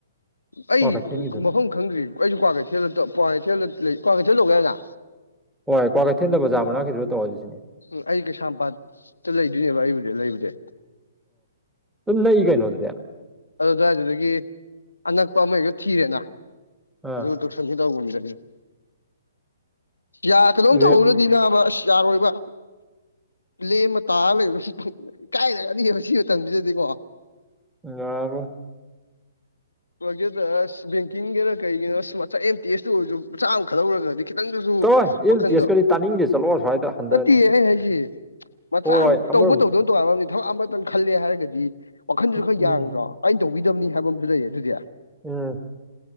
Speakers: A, on the left; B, in the centre.
A: ꯑꯩ
B: ꯀ꯭ꯋꯥꯀꯩꯊꯦꯜꯒꯤꯗꯨꯅ
A: ꯃꯐꯝ ꯈꯪꯗ꯭ꯔꯤ ꯑꯩꯁꯨ ꯀ꯭ꯋꯥꯀꯩꯊꯦꯜꯗ ꯀ꯭ꯋꯥ ꯀꯩꯊꯦꯜꯗ ꯂꯩ ꯀ꯭ꯀꯩꯊ ꯂꯒ ꯌꯥꯒ
B: ꯍꯣꯏ ꯀ꯭ꯋꯥꯀꯩꯊꯦꯜꯗ ꯕꯖꯥꯔ ꯃꯅꯥꯛꯇꯈꯤꯗ ꯇꯧꯔꯁꯤ ꯁꯤꯅꯦ
A: ꯎꯝ ꯑꯩ ꯀꯩꯁꯥꯝꯄꯥꯠꯇ ꯂꯩꯗꯣꯏꯅꯦꯕ ꯑꯩꯕꯨꯗꯤ ꯂꯩꯕꯨꯗꯤ
B: ꯑꯗꯨꯅ ꯏꯒ ꯅꯣꯗꯗꯦ
A: ꯑꯗꯨꯗꯋꯥꯏꯗꯨꯗꯒꯤ ꯑꯅꯛꯄ ꯑꯃꯛꯇ ꯊꯤꯔꯦꯅ
B: ꯑꯥ
A: ꯑꯗꯨꯒ ꯇꯣꯛꯁꯟꯁꯤ ꯇꯧꯕꯒꯨꯝꯗ꯭ꯔꯦ ꯌꯥ ꯀꯩꯅꯣꯝ
B: ꯔꯦꯠ
A: ꯇꯧꯍꯧꯅꯗꯤ ꯅꯥꯕ ꯑꯁ ꯌꯥꯔꯣꯏꯕ ꯄ꯭ꯂꯦꯝꯃ ꯇꯥꯔ ꯂꯩꯝ ꯏ ꯀꯥꯏꯔꯛꯑꯅꯤꯕ ꯁꯤ ꯃꯇꯝꯁꯤꯗ ꯗꯤ ꯀꯣ
B: ꯌꯥꯔꯣꯏ
A: ꯄ꯭ꯔꯣꯖꯦꯛꯇ ꯕꯦꯡꯀꯤꯡꯒꯤꯅ ꯀꯔꯤꯒꯤꯅꯣ ꯑꯦꯝ ꯇꯤ ꯑꯦꯁꯇꯨ ꯑꯣꯏꯔꯁꯨ ꯃꯆꯥ ꯑꯃ ꯈꯗꯧꯔꯒꯗꯤ ꯈꯤꯇꯪꯗꯁꯨ
B: ꯆꯠꯂꯣꯏ ꯏꯜ
A: ꯋꯥꯈꯟꯗꯣ
B: ꯇꯦꯁꯀꯗꯤ ꯇꯥꯅꯤꯡꯗꯦ ꯆꯠꯂꯣ ꯑꯁ꯭ꯋꯥꯏꯗ ꯍꯟꯊꯅꯤ
A: ꯅꯠꯇꯦ ꯑꯩ ꯍꯥꯏꯁꯤꯦ ꯃꯆꯥ
B: ꯍꯣꯏ
A: ꯑꯃꯨ
B: ꯑꯃꯔꯣꯝ
A: ꯇꯧꯕ ꯇꯧꯗꯧꯅ ꯇꯧꯕ ꯊꯕꯛ ꯑꯃꯇꯪ ꯈꯜꯂꯦ ꯍꯥꯏꯔꯒꯗꯤ ꯋꯥꯈꯟꯗꯨꯁꯨ ꯈꯔ
B: ꯎꯝ
A: ꯌꯥꯡꯗ꯭ꯔꯣ ꯀꯥꯏꯩꯅ ꯇꯧꯕꯤꯗꯕꯅꯤ ꯍꯥꯏꯕ ꯑꯃꯁꯨ ꯂꯩꯌꯦ ꯑꯗꯨꯗꯤ
B: ꯎꯝ